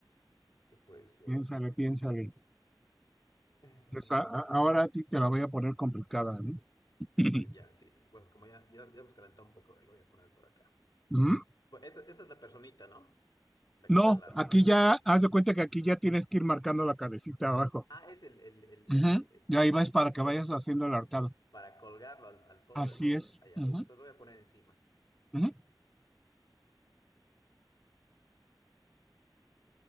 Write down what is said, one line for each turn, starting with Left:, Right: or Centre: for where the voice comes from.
Left: ¿qué puede ser?
Centre: Piénsale, piénsale.
Left: Em,
Centre: Pues, a- a- ahora a ti te la voy a poner complicada, ¿no? <laughs>
Left: ya, sí, bueno, como ya, ya, ya hemos calentado un poco, a ver, lo voy a poner por acá.
Centre: Ujú,
Left: Bueno, esta, esta es la personita, ¿no? La
Centre: No,
Left: que está la...
Centre: aquí ya, haz de cuenta que aquí ya tienes que ir marcando la cabecita abajo.
Left: Ah, es el, el, el,
Centre: ujú,
Left: el, el,
Centre: Y ahí vas para
Left: el-
Centre: que vayas haciendo el
Left: el-
Centre: arcado.
Left: para colgarlo al, al pobre,
Centre: Así
Left: ¿no?
Centre: es.
Left: Allá.
Centre: ujú,
Left: Entonces voy a poner encima.
Centre: ujú.